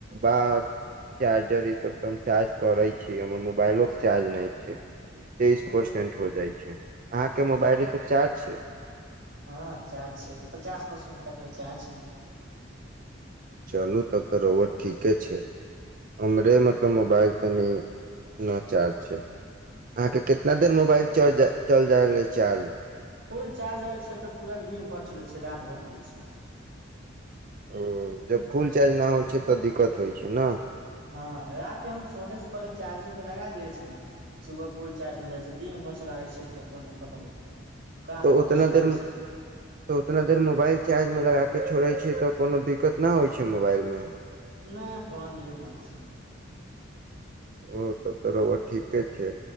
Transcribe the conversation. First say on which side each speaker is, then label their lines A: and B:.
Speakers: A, on the right; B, on the right.
A: ब चार्जर ईसभ तऽ हम चार्ज करै छी हमर मोबाइलो के चार्ज नहि छै। तेइस परसेंट हो जाइ छै, अहाँके मोबाइल ईसब चार्ज छै।
B: हँ, चार्ज छै, पचास परसेंट तक ल चार्ज छै।
A: चलू तब तऽ रोउवा ठीके छै, हमरे मतलब मोबाइल तनि न चार्ज छै, अहाँके कितना देर मोबाइल चल जा चल जाय रहलै चार्ज।
B: फूल चार्जइ छै तऽ पूरा दिन भरि चलै छै, रात भर चलै छै।
A: ह्म्म, जब फुल चार्ज नहि होइ छै तऽ दिक्कत होइत छै न।
B: हँ रात के हम सोने से पहिले चार्जिंग पर लगा दे छै सुबह फूल चार्ज हो जाइ छै दिन भर लागै छै पू खतम होैके छै। रात
A: तो
B: भर
A: उतना
B: भी चलाबै
A: देर, त
B: छै
A: उतना देर मोबाइल चार्ज मे लगा के छोड़े छै। तऽ कोनो दिक्कत न होइ छै मोबाइल मे
B: नहि कोनो दिक्कत नहि हो छै।
A: ओ तब तऽ रउवा ठीके छै,